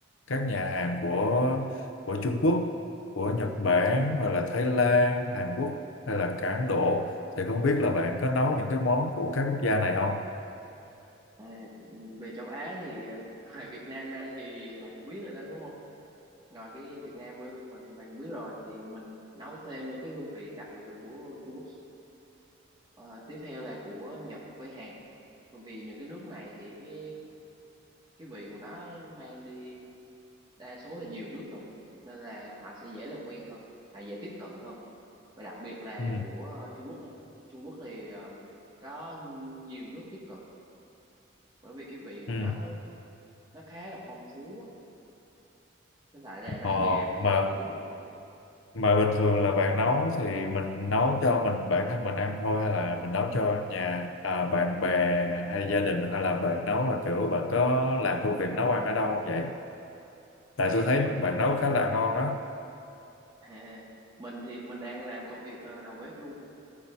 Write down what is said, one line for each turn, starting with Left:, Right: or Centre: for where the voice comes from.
Left: các nhà hàng của của Trung Quốc, của Nhật
Right: Ừ.
Left: Bản hoặc là Thái Lan, Hàn Quốc hay là cả Ấn Độ. Thì không biết là bạn có nấu những cái món của các quốc gia này không?
Right: À, về châu Á thì ờ, ngoài Việt Nam ra thì bạn cũng biết rồi đó đúng không ngoài cái Việt Nam quê hương mình thì bạn cũng biết rồi thì mình nấu thêm những cái hương vị đặc biệt là của Trung Quốc Ờ, tiếp theo là của Nhật với Hàn bởi vì những cái nước này thì cái cái vị của nó mang đi đa số là nhiều nước rồi nên là họ sẽ dễ làm quen hơn họ dễ tiếp cận hơn và đặc biệt là
Left: Ừ.
Right: của Trung Quốc nha Trung Quốc thì ờ, có nhiều nước tiếp cận bởi vì cái vị
Left: Ừ.
Right: của nó nó nó khá là phong phú á. với lại là nó
Left: Ờ,
Right: dễ ăn nó gần
Left: mà
Right: gũi hơn
Left: Mà bình thường là bạn nấu thì mình nấu cho mình bản thân mình ăn thôi hay là mình nấu cho nhà à, bạn bè hay gia đình hay là bạn nấu là kiểu bạn có làm công việc nấu ăn ở đâu không vậy? Tại
Right: à
Left: tôi thấy
Right: mình
Left: bạn nấu khá là ngon á.
Right: À, mình thì mình đang làm công việc ờ, đầu bếp luôn